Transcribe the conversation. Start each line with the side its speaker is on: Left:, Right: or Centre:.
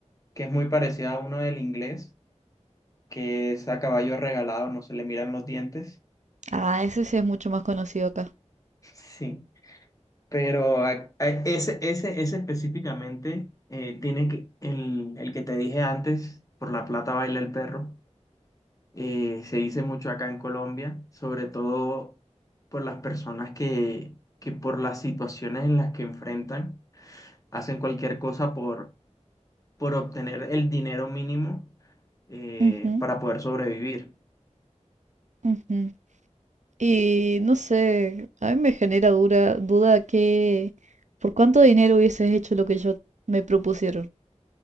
Left: que es muy parecido a uno del inglés, que es a caballo regalado, no se le miran los dientes.
Right: Ah, ese sí es mucho más conocido acá.
Left: <laughs> Sí. Pero a- a- ese, ese, ese específicamente eh, tiene que, el, el que te dije antes, por la plata baila el perro, eh, se dice mucho acá en Colombia, sobre todo por las personas que, que por las situaciones en las que enfrentan, hacen cualquier cosa por por obtener el dinero mínimo eh,
Right: Ujú,
Left: para poder sobrevivir.
Right: ujú. Y no sé, a mí me genera dura duda que por cuánto dinero hubieses hecho lo que yo me propusieron.